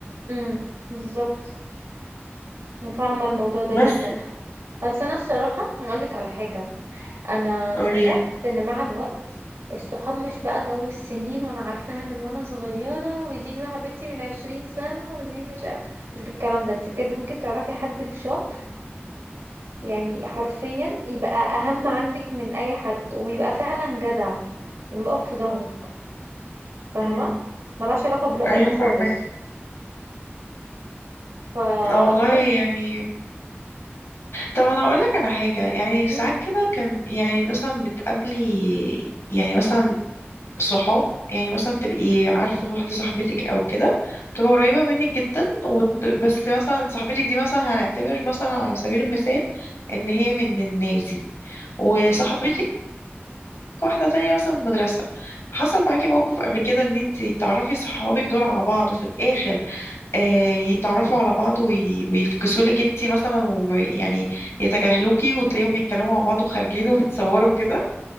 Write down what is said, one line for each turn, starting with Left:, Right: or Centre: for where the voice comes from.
Right: امم بالظبط أنا فاهمة الموضوع ده
Left: بس
Right: جدا بس انا الصراحة هقولك على حاجة انا
Left: قولي
Right: اكتشفت ان مع الوقت الصحاب مش بقى جو السنين وانا عارفاها من وانا صغيرة ودي صاحبتي من عشرين سنة ودي مش مش بالكلام ده انت بجد ممكن تعرفي حد في شهر يعني حرفيا يبقى اهم عندك من اي حد ويبقى فعلا جدع ويقف في ظهرك فاهمه
Left: مم.
Right: ملهاش علاقه بالوقت
Left: ايوه
Right: خالص
Left: فاهمك
Right: ف...
Left: لا والله
Right: فبس
Left: يعني طب انا اقول لك على حاجه يعني ساعات
Right: مم.
Left: كده كان يعني مثلا بتقابلي يعني مثلا صحاب يعني مثلا تبقي عارفه واحده صاحبتك او كده تبقى قريبه منك جدا وت-
Right: مم.
Left: بس مثلا صاحبتك دي مثلا هنعتبر مثلا على سبيل المثال ان هي من الناس دي وصاحبتك واحده تانية مثلا من المدرسه حصل معاكي موقف قبل كده ان انت تعرفي صحابك دول على بعض وفي الاخر آه، يتعرفوا على بعض وي- ويفكسوا لك انت مثلا وم- يعني يتجاهلوكي وتلاقيهم بيتكلموا مع بعض وخارجين <laughs> وبتصوروا كده